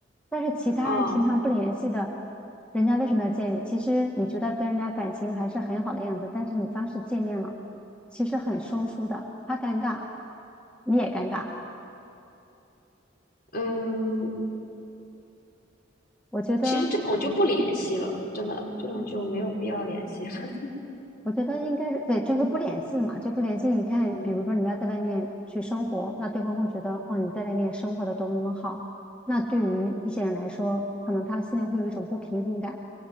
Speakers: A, in the centre; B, on the left.
A: 但是其他人平常不联系的，
B: 哦，
A: 人家为什么要见你？其实你觉得跟人家感情还是很好的样子，但是你当时见面了，其实很生疏的，他尴尬，你也尴尬。
B: 嗯。
A: 我觉得。
B: 其实这种就不联系了，真的，这种就没有必要联系了。<laughs>
A: 我觉得应该是对，就是不联系了嘛，就不联系。你看，
B: 嗯
A: 比如说你要在外面去生活，那对方会觉得哦你在外面生活的多么多么好。那对于一些人来说，可能他心里会有一种不平衡感，